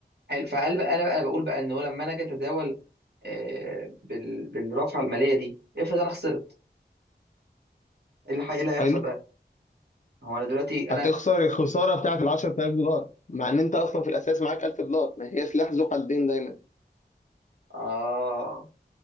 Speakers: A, on the right (about 70°); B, on the left (about 45°).
A: حلو فقال بقى انا بقى بقول بقى ان هو لما انا اجي اتداول آه، بال- بالرافعه الماليه دي افرض انا خسرت ايه اللي ح- إيه اللي هيحصل
B: حلو
A: بقى هو انا دلوقتي انا
B: هتخسر الخساره بتاعت ال 10000 دولار مع ان انت اصلا في الاساس معاك 1000 دولار ما هي سلاح ذو حدين دايما
A: آه